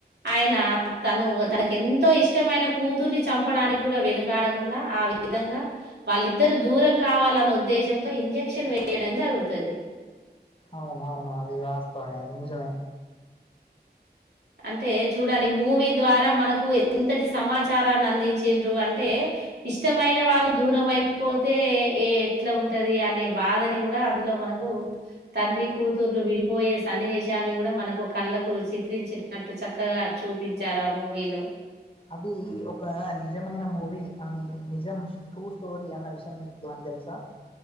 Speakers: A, on the right; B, on the left.
A: ఆయన తను తనకు ఎంతో ఇష్టమైన కూతుర్ని చంపడానికి కూడా వెనుకాడకుండా ఆ విధంగా వాళ్ళిద్దరు దూరం కావాలన్న ఉద్దేశంతో ఇంజక్షన్ వేయడం జరుగుతది.
B: అవును అవును అది వాస్తవం అది నిజమే
A: అంటే చూడాలి మూవీ ద్వారా మనకు ఎంతటి సమాచారాన్ని అందించిన్ డ్రు అంటే ఇష్టమైన వాళ్ళు దూరం అయిపోతే ఏ ఎట్లా ఉంటది అనే బాధని కూడా అందులో మనకు తండ్రి కూతుర్లు విడిపోయే సన్నివేశాన్ని కూడా మనకు కళ్ళకు చిత్రించిన నట్టు చక్కగా చూపించారు ఆ మూవీలో
B: అది ఒక నిజమైన మూవీ అని నిజం ట్రూ స్టోరీ అన్న విషయం మీకు ఏమన్న తెలుసా